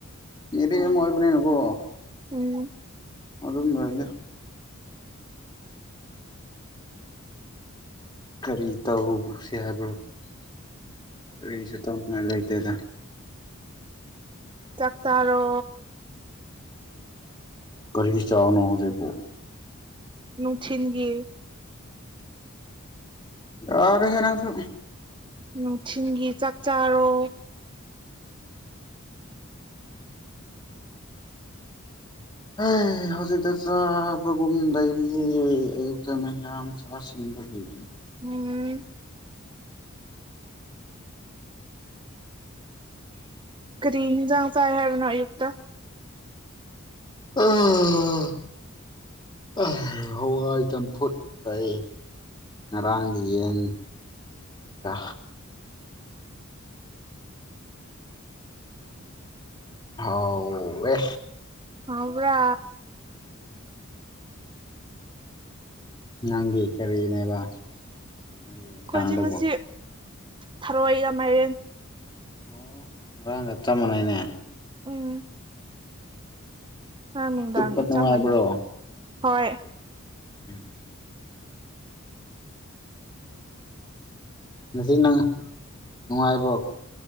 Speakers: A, on the left; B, on the right.
A: ꯃꯔꯦꯃ
B: ꯎꯝ
A: ꯑꯣꯏꯕꯅꯦꯅꯀꯣ
B: ꯎꯝ
A: ꯑꯗꯨꯝ ꯂꯩꯗ ꯀꯔꯤ ꯇꯧꯁꯦ ꯍꯥꯏꯕ꯭ꯔꯣ ꯀꯔꯤꯁꯨ ꯇꯧꯅꯤꯡꯉꯥꯏ ꯂꯩ ꯇꯦꯗ
B: ꯆꯥꯛ ꯆꯥꯔꯣ
A: ꯀꯔꯤ ꯆꯥꯛꯅꯣ ꯍꯧꯖꯤꯛꯄꯨ
B: ꯅꯨꯡꯊꯤꯟꯒꯤ
A: ꯌꯥꯔꯦ ꯍꯦ ꯅꯪꯁꯨ
B: ꯅꯨꯡꯊꯤꯜꯒꯤ ꯆꯥꯛ ꯆꯥꯔꯣ
A: ꯑꯦ ꯍꯧꯖꯤꯛꯇ ꯆꯥꯕꯒꯨꯝ ꯂꯩꯔꯤꯌꯦ ꯑꯌꯨꯛꯇ ꯃꯌꯥꯝ ꯆꯥꯁꯤꯟ ꯕꯒꯤ
B: <unintelligible> ꯀꯔꯤ ꯏꯟꯖꯥꯡ ꯆꯥ ꯍꯥꯏꯕꯅꯣ ꯑꯌꯨꯛꯇ
A: ꯑꯥ ꯑꯥ ꯍꯋꯥꯏ ꯆꯝꯐꯨꯠ ꯆꯥꯏꯌꯦ ꯉꯔꯥꯡꯒꯤ ꯌꯦꯟꯒ ꯍꯥꯎꯑꯦ
B: ꯍꯥꯎꯕ꯭ꯔꯥ
A: ꯅꯪꯒꯤ ꯀꯔꯤꯅꯦꯕ ꯅꯪꯒꯤ ꯏꯟꯁꯥꯡꯗꯨꯕꯨ
B: ꯑꯩꯈꯣꯏꯗꯤ ꯉꯁꯤ ꯊꯔꯣꯏꯒ ꯃꯥꯏꯔꯦꯟ
A: ꯑꯣ ꯉꯥꯔꯥꯡꯒ ꯆꯞ ꯃꯥꯟꯅꯩꯅꯦ
B: ꯎꯝ ꯉꯔꯥꯡ ꯅꯨꯡꯗꯥꯡꯒ
A: ꯆꯨꯞꯄ ꯅꯨꯡꯉꯥꯏꯕ꯭ꯔꯣ
B: ꯆꯞ ꯃꯥꯟꯅꯩ ꯍꯣꯏ
A: ꯎꯝ ꯉꯁꯤ ꯅꯪ ꯅꯨꯡꯉꯥꯏꯕ꯭ꯔꯣ